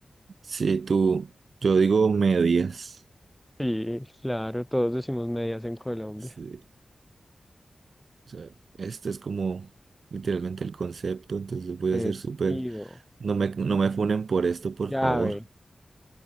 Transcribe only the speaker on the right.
Sí, tú. Yo digo medias.
Sí, o sea, este es como literalmente el concepto, entonces voy
a ser súper. No me, no me funen por esto, por
favor.